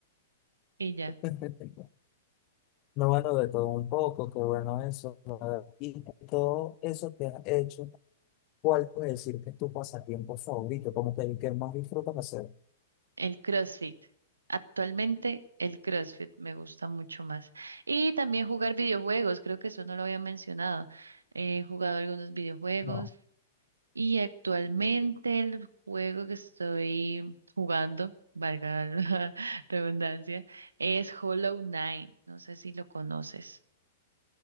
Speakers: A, on the right; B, on the left.
A: Y ya,
B: <laughs> No, bueno, de todo un poco, qué bueno eso. la verdad. Y todo eso que has hecho, ¿cuál puedes decir que es tu pasatiempo favorito? Como que el que más disfrutas hacer.
A: el CrossFit. Actualmente el CrossFit me gusta mucho más. Y también jugar videojuegos, creo que eso no lo había mencionado. He jugado algunos videojuegos
B: No,
A: y actualmente el juego que estoy jugando, valga la <laughs> redundancia, es Hollow Knight. No sé si lo conoces,